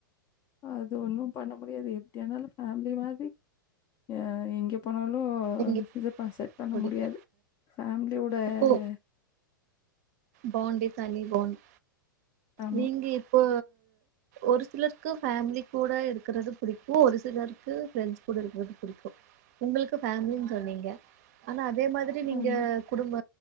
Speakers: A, on the left (about 30°); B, on the right (about 45°).
A: அது ஒன்னூ பண்ண முடியாது எப்டியானாலு ஃபேமிலி மாதிரி அ எங்கேப் போனாலூ
B: எங்க
A: இதப்பா செட் பண்ண
B: முடிக்க
A: முடியாது ஃபேமிலியோட
B: இப்போ
A: ப
B: பாண்டே தனி பாண்ட்
A: ஆமாம்
B: நீங்க இப்போ ஒரு சிலருக்கு ஃபேமிலி கூட இருக்குறது புடிக்கூ ஒரு சிலருக்கு ப்ரெண்ட்ஸ் கூட இருக்குறது புடிக்கூ உங்களுக்கு பேமிலின்னு சொன்னீங்க ஆனா அதே மாதிரித் ஃபர்ஸ்ட் நீங்க
A: ஆமாம்
B: குடும்ப